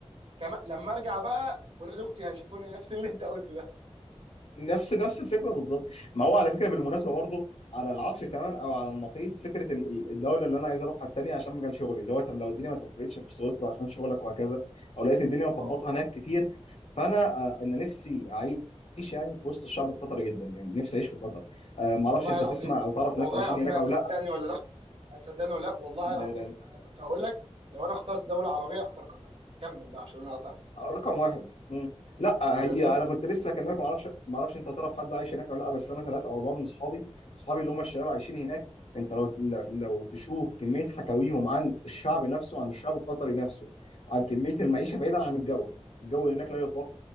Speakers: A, on the right; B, on the left.
A: كما لما ارجع بقى ولاد اختي هيشوفوني نفس اللي انت قلته ده
B: نفس نفس الفكره بالظبط ما هو على فكره بالمناسبه برضه على العكس تماما او على النقيض فكره ال- ال- الدوله اللي انا عايز اروحها التانيه عشان مجال شغلي اللي هو طب لو الدنيا ما توفقتش في سويسرا عشان شغلك وهكذا او لقيت الدنيا مخبطه
A: اه
B: هناك كتير فانا آه، انا نفسي اعيش يعني في وسط الشعب القطري جدا يعني نفسي اعيش في قطر آه، ما
A: والله
B: اعرفش انت
A: العظيم
B: تسمع او تعرف
A: طب والله
B: ناس عايشين
A: العظيم
B: هناك
A: ما
B: او
A: هتصدقني ولا لا صدقني ولا لا والله
B: لا
A: العظيم انا كنت هقول لك لو انا اخترت دوله عربيه اختار قطر كمل بقى عشان انا قطعت
B: رقم واحد مم. لا
A: بالظبط
B: هي انا كنت لسه اكلمك ما اعرفش ما اعرفش انت تعرف حد عايش هناك ولا لا بس انا ثلاثه او اربعه من اصحابي اصحابي اللي هم الشباب عايشين هناك انت لو لو تشوف كميه حكاويهم عن الشعب نفسه عن الشعب القطري نفسه عن كميه المعيشه بعيدا عن الجو الجو هناك لا يطاق